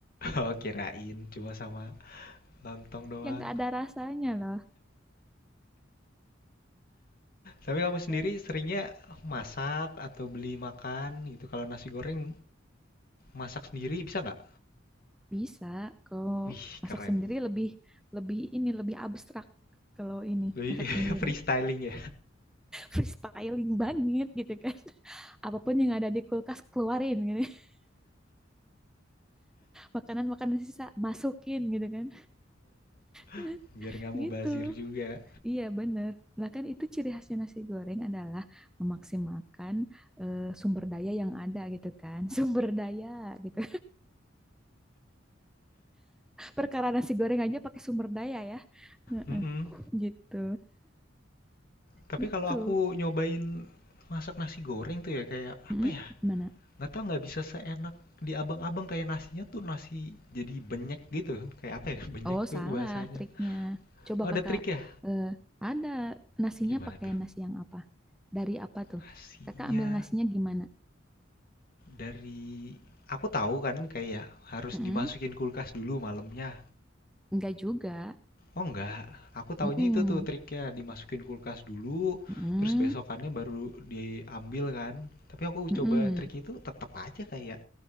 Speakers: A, on the left; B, in the centre.
A: Oh, kirain cuma sama lontong doang.
B: yang nggak ada rasanya lah
A: Tapi kamu sendiri
B: Eh,
A: seringnya masak atau beli makan gitu. Kalau nasi goreng masak sendiri bisa nggak?
B: bisa kalau
A: Wih,
B: masak
A: keren.
B: sendiri lebih lebih ini lebih abstrak kalau ini
A: Lebih
B: masak sendiri
A: <laughs> freestyling ya.
B: freestyling banget gitu kan. <laughs> Apapun yang ada di kulkas keluarin gitu. <laughs> Makanan-makanan sisa masukin gitu kan. <laughs>
A: <laughs> Biar nggak mubazir
B: Gitu.
A: juga.
B: Iya bener. Bahkan itu ciri khasnya nasi goreng adalah memaksimalkan eh, sumber daya yang ada gitu kan. <laughs> Sumber daya gitu. Perkara nasi goreng aja pakai sumber daya ya. Heeh,
A: Mm-mm.
B: Gitu.
A: Tapi
B: Gitu.
A: kalau aku nyobain masak nasi goreng tuh ya kayak
B: Mm,
A: apa ya?
B: Gimana?
A: Nggak tahu nggak bisa seenak di abang-abang kayak nasinya tuh nasi jadi benyek gitu. Kayak apa ya? <laughs> Benyek
B: Oh,
A: tuh
B: salah
A: bahasanya.
B: triknya. Coba
A: Oh, ada
B: kakak,
A: trik ya?
B: eh, ada nasinya
A: Gimana
B: pakai
A: tuh?
B: nasi yang apa? Dari apa tuh?
A: Nasinya
B: Kakak ambil nasinya gimana?
A: dari aku tahu kan kayak harus
B: Mm-mm.
A: dimasukin kulkas dulu malamnya.
B: Enggak juga.
A: Oh enggak, aku taunya
B: Mm-mm.
A: itu tuh triknya dimasukin kulkas dulu,
B: Mm-mm.
A: terus besokannya baru diambil kan. Tapi aku
B: Mm-mm.
A: coba trik itu tetap aja kayak